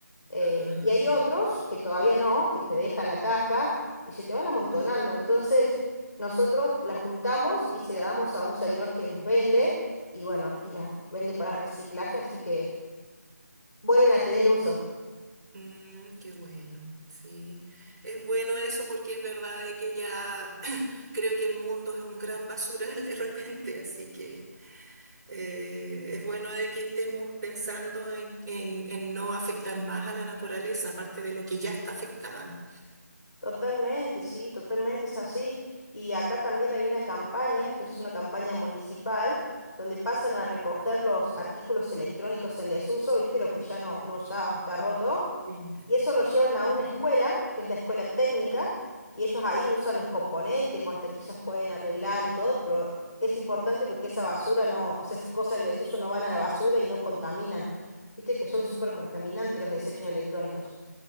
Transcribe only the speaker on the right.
Mm.
Mm, qué bueno, sí. Es bueno eso porque es verdad de que ya <clears throat> creo que el mundo es un gran basural de repente, así que eh, es bueno de que estemos pensando en, en- en no afectar más a la naturaleza, aparte de lo que ya está afectada.
Mm,
sí.
Mm,